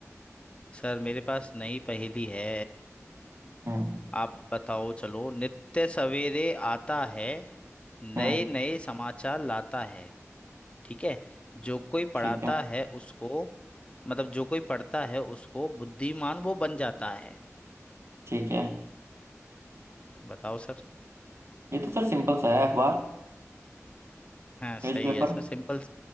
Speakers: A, on the left (about 20°); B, on the right (about 55°).
A: सर मेरे पास नई पहेली है
B: हम्म
A: आप बताओ चलो नित्य सवेरे आता है
B: हम्म
A: नए नए समाचार लाता है ठीक है जो कोई पढ़ाता
B: ठीक है
A: है उसको मतलब जो कोई पढ़ता है उसको बुद्धिमान वो बन जाता है
B: ठीक है
A: बताओ सर <laughs>
B: ये तो सर सिंपल सा है अखबार
A: सही
B: न्यूज़पेपर
A: है सर सिंपल